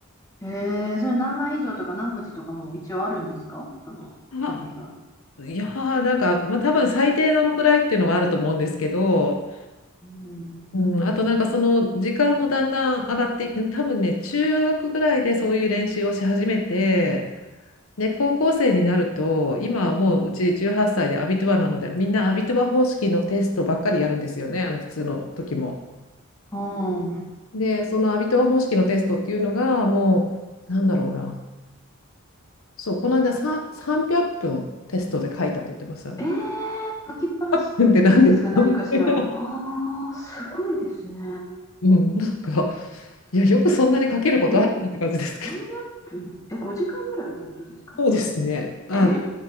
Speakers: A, on the left; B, on the left.
A: えー、それ何枚以上とか何文字とかも一応あるんですかその決まりが。
B: <laughs> あ、いやー、なんか、まあ、多分最低どのくらいっていうのはあると思うんですけど、
A: うん。
B: うん、あとなんかその時間もだんだん上がっていって、多分ね、中学ぐらいでそういう練習をし始めて、で、高校生になると、今はもううち18歳でアビトゥアなので、みんなアビトゥア方式のテストばっかりやるんですよね、あの普通の時も。
A: うん。
B: で、そのアビトゥア方式のテストっていうのが、もう、なんだろうな。そう、この間さ300分テストで書いたと言ってましたね。
A: えー、書きっぱなしってことですか何かしらを。
B: 300分っぷんって何ですか
A: ああ、すごいですね。
B: <laughs> うん、なんか、いや、よくそんなに書けることあるねって感じですけど。
A: え ?300 分え、5時間ぐらいってことですか
B: そうですね。あ、
A: えー